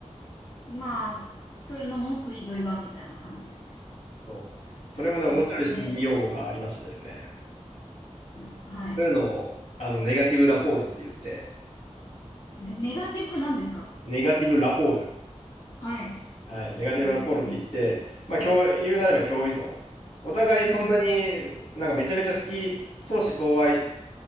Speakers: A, on the left (about 35°); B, on the left (about 65°).
A: まあ、それのもっとひどい版みたいな感じですね。
B: そう。それもね、
A: そう、
B: 面白い心理用語がありましてですね。
A: それで、うん、はい。
B: そういうのを、あの、ネガティブラポールって言って、
A: ネ、ネガティブなんですか
B: ネガティブラポール。
A: はい。
B: はい、ネガティブラポールって言って、
A: 白ビうん。
B: まあ、共言うなれば共依存。お互いそんなになんかめちゃめちゃ好き、
A: うん。
B: 相思相愛